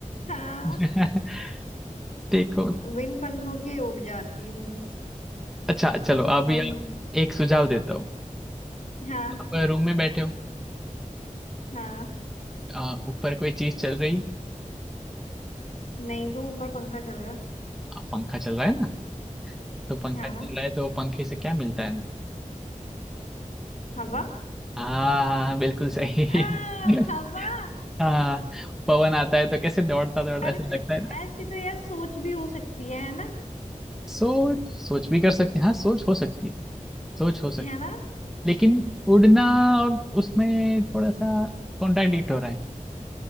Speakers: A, on the left (about 60°); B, in the centre.
A: हाँ
B: <laughs> देखो
A: बिन पंखों के उड़ जाती हूँ
B: अच्छा चलो अभी
A: हम
B: आप एक सुझाव देता हूँ
A: हाँ
B: आप रूम में बैठे हो
A: हाँ
B: आ, ऊपर कोई चीज चल रही
A: नहीं तो ऊपर पंखा चल रहा
B: अब पंखा चल रहा है ना तो पंखा
A: हाँ
B: चल रहा है तो पंखे से क्या मिलता है हमें
A: हवा
B: हाँ हाँ हाँ, बिल्कुल सही
A: आ,
B: <laughs>
A: हवा
B: हाँ पवन आता है तो कैसे दौड़ता दौड़ता
A: अरे
B: ऐसा
A: फिर
B: लगता है ना
A: ऐसी तो यार सोच भी हो सकती है है ना
B: सोच सोच भी कर सकते हैं हाँ सोच हो सकती है सोच हो सकती
A: है ना
B: लेकिन उड़ना और उसमें थोड़ा सा कॉन्ट्राडिक्ट हो रहा है